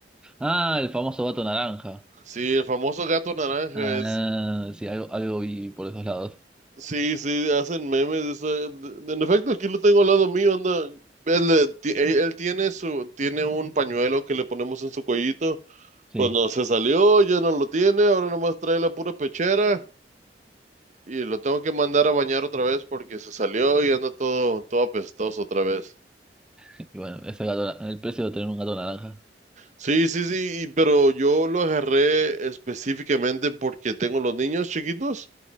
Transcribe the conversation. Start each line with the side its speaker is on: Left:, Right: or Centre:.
Centre: Ah, el famoso gato naranja.
Right: Sí, el famoso gato naranja
Centre: Ah, sí, algo, algo vi por esos lados.
Right: Sí, sí, hacen memes. eso- de- En efecto, aquí lo tengo al lado mío, anda. Él, eh, ti- él- él tiene su, tiene un pañuelo que le ponemos en su cuellito.
Centre: Sí.
Right: Pues no, se salió, ya no lo tiene, ahora nomás trae la pura pechera y lo tengo que mandar a bañar otra vez porque se salió y anda todo, todo apestoso otra vez.
Centre: Y bueno, ese gato, na- el precio de tener un gato naranja.
Right: Sí, sí, sí, y- pero yo lo agarré específicamente porque tengo los niños chiquitos.